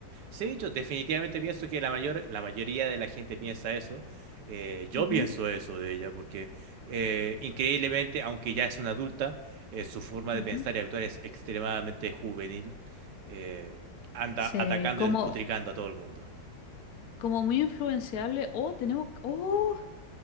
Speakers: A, on the right; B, on the left.
A: Sí, yo definitivamente pienso que la mayor, la mayoría de la gente piensa eso. Eh, yo
B: Ujú,
A: pienso eso de ella, porque eh, increíblemente, aunque ya es una adulta, eh, su forma
B: ujú.
A: de pensar y actuar es extremadamente juvenil. Eh, anda
B: Se,
A: atacando
B: como,
A: y despotricando a todo el mundo.
B: como muy influenciable. Oh, tenemos, oh,